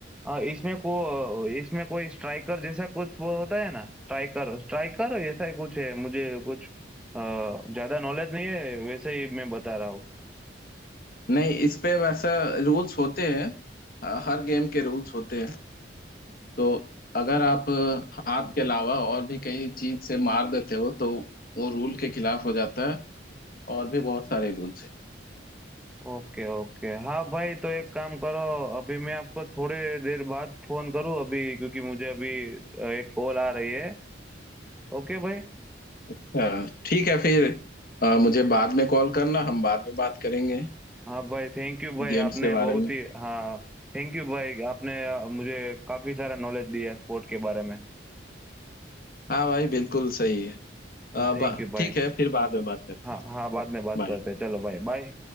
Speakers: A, in the centre; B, on the left.
A: हाँ इसमें को इसमें कोई स्ट्राइकर जैसा कुछ वो होता है ना स्ट्राइकर स्ट्राइकर ऐसा ही कुछ है मुझे कुछ अ, ज्यादा नॉलेज नहीं है वैसे ही मैं बता रहा हूँ
B: नहीं इस पे वैसा रूल्स होते हैं ह- हर गेम के रूल्स होते हैं तो अगर आप हाथ के अलावा और भी कई चीज से मार देते हो तो वो रूल के खिलाफ हो जाता है और भी बहुत सारे रूल्स हैं
A: ओके ओके हाँ भाई तो एक काम करो अभी मैं आपको थोड़े देर बाद फोन करूँ अभी क्योंकि मुझे अभी अ, एक कॉल आ रही है ओके भाई
B: हाँ, ठीक है फिर अ, मुझे बाद में कॉल करना हम बाद में बात करेंगे
A: हाँ भाई थैंक यू भाई
B: गेम्स
A: आपने
B: के
A: बहुत
B: बारे में
A: ही हाँ थैंक यू भाई आपने अ, मुझे काफी सारा नॉलेज दिया स्पोर्ट के बारे में
B: हाँ भाई बिल्कुल सही है अब
A: थैंक यू भाई
B: ठीक है फिर बाद में बात करते
A: हाँ
B: हैं
A: हाँ बाद में बात
B: बाय
A: करते हैं चलो भाई बाय